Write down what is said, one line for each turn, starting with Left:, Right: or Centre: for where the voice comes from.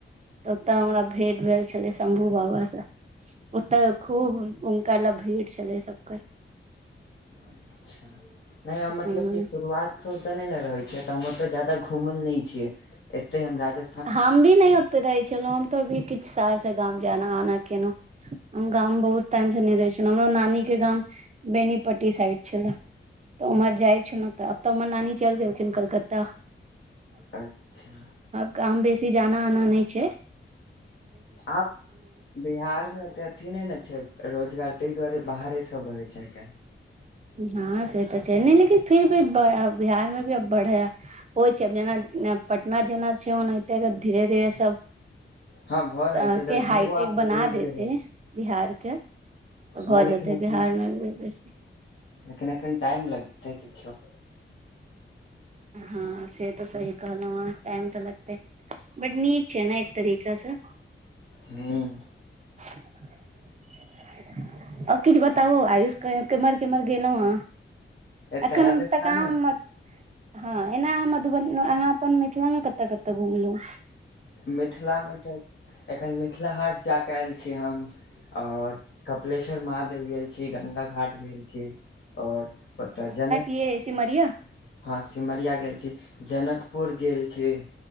Right: तऽ ओतय हमरा भेंट भेल छलै शम्भू बाबासँ ओतऽ खूब हुनका लए भीड़ छलै सबके
Left: अच्छा नहि मतलब
Right: ह
Left: कि शुरुआतसँ ओतऽ नहि ने रहै छै तऽ हम ओतऽ जााद घूमल नहि छियै एते हम राजा
Right: हम भी नहि ओते रहै छलहुँ हम तो अभी किछु साल से गाम जाना आना केलहुँ हम गाम बहुत टाइम से नहि रहै छलहुँ हमरो नानीके गाम बेनीपट्टी साइड छले तऽ उम्हर जाइ छौ ने तऽ आब तऽ हमर नानी चलि गेलखिन कलकत्ता
Left: अच्छा
Right: हम बेसी जाना आना नहि छैय
Left: आप <inaudible> बिहार मे। ओते अथी नै ने छै रोजगार तइ दुआरे बाहरे सब रहे छै आइ काल
Right: हँ से तऽ छै ने लेकिन फिर भी बिहार मे भी अब बढ़ै होइ छै जेना पटना जेना छै ओनाहिते धीरे धीरे सब
Left: हँ भऽ रहल
Right: के
Left: छै दरभंगो
Right: हाइटेक
Left: आब धीरे
Right: बना देते
Left: धीरे भऽ
Right: बिहारके त
Left: हँ
Right: भऽ
Left: लेकिन
Right: जेतै
Left: एखन
Right: बिहारमे बेसी
Left: लेकिन एखन टाइम लगतै किछो
Right: हँ से तऽ सही कहलौं आहँ टाइम तऽ लगते बड नीक छै ना एक तरिका से
Left: हूँ भा
Right: <inaudible> आ किछु बताबो आयुष केम्हर केमहर गेलहु हन
Left: एतऽ
Right: एखन
Left: राजस्थानमे
Right: तऽ अहाँ हँ एना अहाँ मधुबनी अहाँ अपन मिथिला मे कतऽ कतऽ घुमलौ
Left: मिथिलामे तऽ एखन मिथिला हाट जा कऽ आयल छी हम और कपिलेश्वर महादेव गेल छी गंगा घाट गेल छी और ओता जनक
Right: के सिमरिया
Left: हँ सिमरिया गेल छी जनकपुर गेल छी